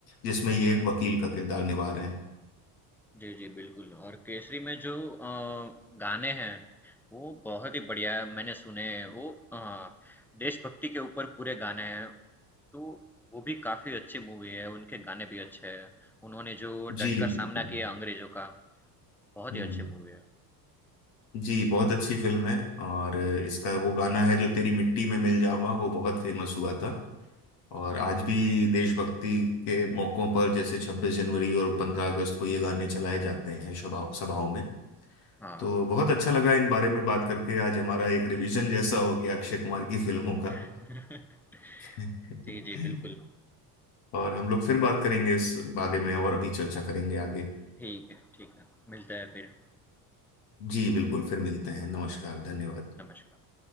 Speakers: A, on the left; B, in the centre.
A: जिसमें
B: अच्छा
A: ये एक वकील का किरदार निभा रहे हैं
B: जी जी बिल्कुल और केसरी में जो अ, गाने हैं वो बहुत ही बढ़िया है मैंने सुने हैं वो अ, देशभक्ति के ऊपर पूरे गाने हैं तो वो भी काफी अच्छी मूवी है उनके गाने भी अच्छे हैं उन्होंने जो
A: जी
B: डटकर
A: बिल्कुल
B: सामना किया अंग्रेजों का बहुत
A: हम्म
B: ही अच्छी मूवी है
A: जी बहुत अच्छी फिल्म है और इसका वो गाना है जो तेरी मिट्टी में मिल जावा वो बहुत
B: जी,
A: फेमस
B: जी।
A: हुआ था और आज भी देशभक्ति के मौकों पर जैसे 26 जनवरी और 15 अगस्त को ये गाने चलाए जाते हैं सभा सभाओं में
B: हाँ।
A: तो बहुत अच्छा लगा इन बारे में बात करके आज हमारा एक रिवीजन जैसा हो गया अक्षय कुमार की फिल्मों का
B: <laughs> जी,
A: <laughs>
B: जी, बिल्कुल।
A: और हम लोग फिर बात करेंगे इस बारे में और भी चर्चा करेंगे आगे
B: ठीक है, ठीक है। मिलते हैं फिर।
A: जी बिल्कुल फिर मिलते हैं नमस्कार धन्यवाद
B: नमस्कार।